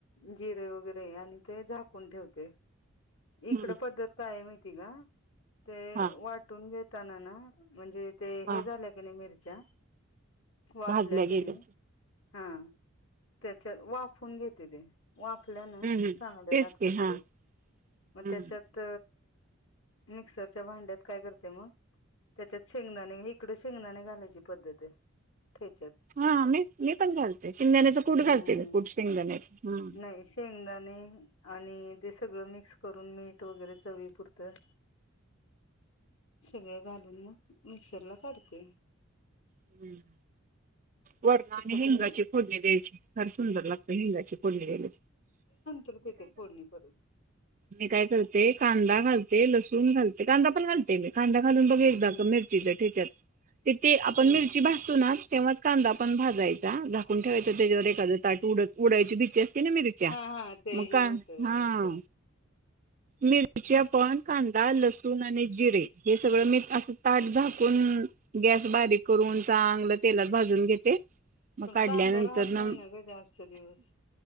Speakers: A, on the left; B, on the right.
A: जिरे वगैरे आणि ते झाकून ठेवते इकड
B: हम्म
A: पद्धत काय माहिती का ते
B: हा
A: वाटून घेत ताना ना म्हणजे ते
B: हा
A: हे झालं की नाही मिरच्या वाफल्या
B: भाजल्या
A: की
B: गेल्या
A: नाही हा त्याच्यात वाफून घेते ते वाफल्यान
B: हम्म
A: चांगड
B: तेच
A: लागत
B: की
A: ते
B: हा हम्म
A: मग त्याच्यात मिक्सरच्या भांड्यात काय करते मग त्याच्यात शेंगदाने इकड शेंगदाने घालायची पद्धत आहे त्या्याच्यात
B: हा मी मी पण घालते शिंगदाण्याचा कूठ
A: हम्म
B: घालते कूठ शिंगदाण्याच हा
A: नाही शेंगदाणे आणि ते सगळं मिक्स करून मीठ वगैरे चवी पुुरतं सगळं घालून मग मिक्सरला काढते
B: हम्म वरणाने
A: तिखट
B: हिंगाची
A: मी
B: फोडणी द्यायची फार सुंदर लागत हिंगाची फोडणी दिली
A: च कथ फोनणी परत
B: मी काय करते कांदा घालते लसूण घालते कांदा पण घालते मी कांदा घालून बघ एकदा
A: हम्म
B: मिरचीच ठच्याते आपण
A: हम्म
B: मिरची भासतो ना तेव्हा कांदा पण भाजायचा झाकून ठेवायचा त्याच्यावर एखादा ताट उडत उडायची भ तेस्ती ना मिीरच्या
A: हा हा ते
B: मका
A: हे होतं
B: हा
A: एकदम
B: मिर्च पवन कांदा लस तून आणि जिरे हे सगळं मी अस ताट झाकून गॅस बारीक करून चांगलं तेला ून घेते मग
A: पण
B: काढल्यानंतर
A: कांदा राहत
B: ना
A: नाही ग जास्त दिवस